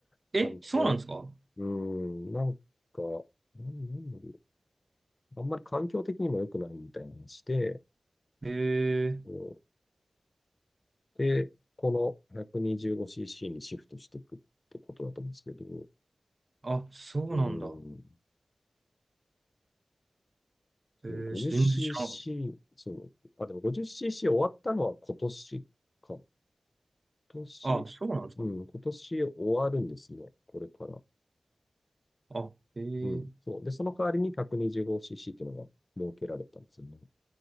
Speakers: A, on the left (about 40°); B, on the right (about 50°).
A: 環境、
B: え、そうなんですか
A: うん、なんか、なんなんだろう。あんまり環境的にも良くないみたいな話で、
B: へえ、
A: うんで、この 125cc にじゅうごシーシーにシフトしていくってことだと思うんですけど、
B: あ、そうなんだ。
A: うん、
B: ええ、
A: そう 50cc、
B: 全然知らなかっ
A: そう、あ、でも 50cc 終わったのは今年か。今年、
B: た。あ、そうなんですか
A: うん、今年終わるんですね。これから。
B: あ、ええ、
A: うん、そう。で、その代わりに 125cc っていうのが設けられたんですよね。